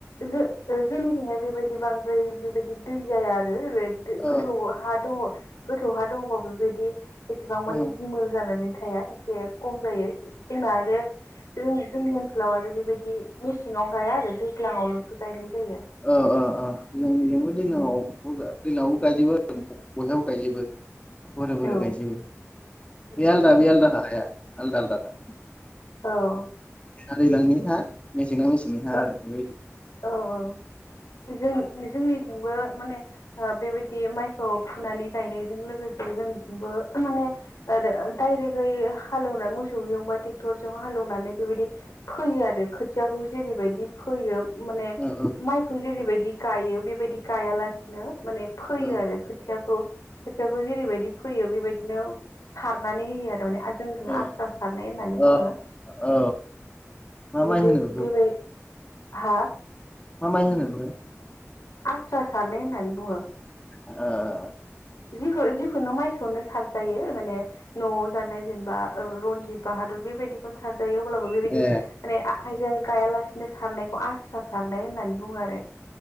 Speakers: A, on the left; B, on the left.
A: जो जोंनिथिंहाय बेबायदि बांद्राय बेबायदि दै जाया आरो रेद
B: औ
A: गोथौ हा दङ गोथौ हा दङबा बेबायदि एसेबां मानि
B: औ
A: दिमोल जानानै फिथाइया एसे खम जायो जोंना आरो जों जोंनि ओनसोलाव आरो बेबायदि मेसेङाव गाया आरो दैज्लांआवल'सो गायनाय जायो।
B: औ औ औ जोंनिजोंबो दैलांआव
A: उम
B: दैलावबो गाइजोबो बयहाबो गायजोबो गरे गरे
A: औ
B: गायजोबो
A: औ
B: बे आलदा बे आलदाखा हाया आलदा आलदाख
A: औ
B: दैज्लां ना दैज्लां निहा मेसेंआ मेसेंनि हा
A: औ
B: आरो बेबायदि
A: औ औ जों जोंनिथिंबो माने बेबायदि माइखौ फुनानै गायनायजों लोगोसे जोंनिथिबो माने डायरेक -डायरेकयै हालेवनाय मोसौजों बा ट्रेक्टरजों हालेवनानै बेबायदि फैयो आरो खोथियाखौ जेरैबायदि फोयो माने
B: औ औ
A: माइखौ जेरैबायदि गायो बेबायदि गायालासिनो माने फैयो
B: औ
A: आरो खोथियाखौ खोथियाखौ जेरैबायदि फोयो बेबायदि बिदिनो सारनानै होयो आरो माने जोंनिथिं
B: औ
A: आस्रा सारनाय होननानै
B: ओ
A: बुङो
B: औ मा माइ
A: बे
B: होनो बेखौ
A: बेबाय हा
B: मा माइ होनोमोनलाय
A: आस्रा सारनाय होननानै बुङो।
B: ओओ
A: जिखुनो जिखुनो माइखौनो सारजायो माने न'आव जानाय जेनेबा रनजित बाहादुर बेबायदिखौनो सारजायो अब्लाबो बेबायदि
B: ए
A: माने आखाइजों गायालासिनो सारनायखौ आस्रा सारनाय होननानै बुङो आरो